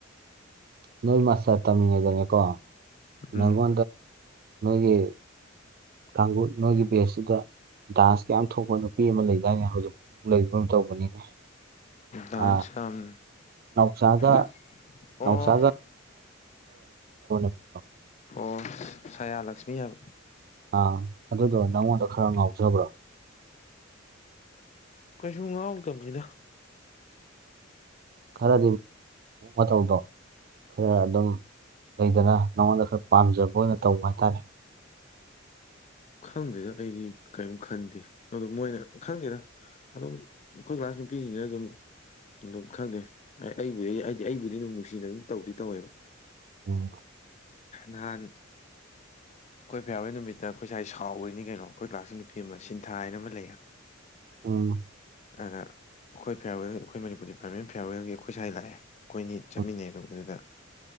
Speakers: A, on the right (about 45°); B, on the left (about 35°).
A: ꯅꯣꯏ ꯃꯥꯁꯇꯔ ꯇꯝꯃꯤꯉꯩꯗꯅꯤꯀꯣ ꯅꯉꯣꯟꯗ
B: ꯎꯝ
A: ꯅꯣꯏꯒꯤ ꯀꯥꯡꯒꯨ ꯅꯣꯏꯒꯤ ꯕꯦꯁꯇꯨꯗ ꯗꯥꯟꯁꯀ ꯌꯥꯝ ꯊꯣꯛꯄ ꯅꯨꯄꯤ ꯑꯃ ꯂꯩꯗꯥꯏꯅꯦ ꯍꯧꯖꯤꯛ ꯂꯩꯕ ꯀꯩꯅꯣꯝ ꯇꯧꯕꯅꯤꯅꯦ꯫
B: ꯗꯥꯟꯁ
A: ꯑꯥ
B: ꯌꯥꯝ
A: ꯅꯥꯎꯆꯥꯒ
B: ꯗꯥꯟꯁ
A: ꯅꯥꯎꯆꯥꯒ
B: ꯑꯣ
A: <inaudible>
B: ꯑꯣ ꯁꯥꯌꯥꯂꯛꯁꯃꯤ ꯍꯥꯏꯕ
A: ꯑꯥ ꯑꯗꯨꯗꯣ ꯅꯪꯉꯣꯟꯗ ꯈꯔ ꯉꯥꯎꯖꯕ꯭ꯔꯣ
B: ꯀꯩꯁꯨ ꯉꯥꯎꯛꯇꯕꯅꯤꯗ
A: ꯈꯔꯗꯤ ꯃꯑꯣ ꯃꯇꯧꯗꯣ ꯈꯔ ꯑꯗꯨꯝ ꯂꯩꯗꯅ ꯅꯉꯣꯟꯗ ꯈꯔ ꯄꯥꯝꯖꯕ ꯑꯣꯏꯅ ꯇꯧꯕ ꯍꯥꯏꯇꯥꯔꯦ
B: ꯈꯪꯗꯦꯗ ꯑꯩꯗꯤ ꯀꯔꯤꯝ ꯈꯟꯗꯦ ꯑꯗꯣ ꯃꯣꯏꯅ ꯈꯪꯗꯦꯅ ꯑꯗꯨꯝ ꯑꯩꯈꯣꯏ ꯀ꯭ꯂꯥꯁ ꯅꯨꯄꯤꯁꯤꯅ ꯑꯗꯨꯝ ꯑꯗꯨꯝ ꯈꯪꯗꯦ ꯑꯩꯕꯨ ꯑꯩ ꯑꯩꯗꯤ ꯑꯩꯕꯨꯗꯤ ꯑꯗꯨꯝ ꯅꯨꯡꯁꯤꯅ ꯑꯗꯨꯝ ꯇꯧꯗꯤ ꯇꯧꯋꯦꯕ
A: ꯎꯝ
B: ꯅꯍꯥꯟ ꯀꯣꯏꯕ ꯌꯥꯕꯩ ꯅꯨꯃꯤꯠꯇ ꯑꯩꯈꯣꯏꯁꯥꯏ ꯁꯥꯎꯈꯣꯏꯅꯤ ꯀꯩꯅꯣ ꯑꯩꯈꯣꯏ ꯀ꯭ꯂꯥꯥꯁ ꯅꯨꯄꯤ ꯑꯃ ꯁꯤꯟꯊꯥ ꯍꯥꯏꯅ ꯑꯃ ꯂꯩꯌꯦ
A: ꯎꯝ
B: ꯑ ꯑꯩꯈꯣꯏ ꯐꯤꯌꯥꯔꯋꯦꯜ ꯑꯩꯈꯣꯏ ꯃꯅꯤꯨꯔꯒꯤ ꯄꯥꯔꯃꯦꯟ ꯐꯤꯌꯥꯔꯋꯦꯜꯒꯤ ꯑꯩꯈꯣꯏ ꯁ꯭ꯋꯥꯏ ꯂꯥꯛꯑꯦ ꯑꯩꯈꯣꯏꯅꯤ ꯆꯠꯃꯤꯟꯅꯩ
A: ꯎꯝ
B: ꯑꯗꯨ ꯑꯗꯨꯗ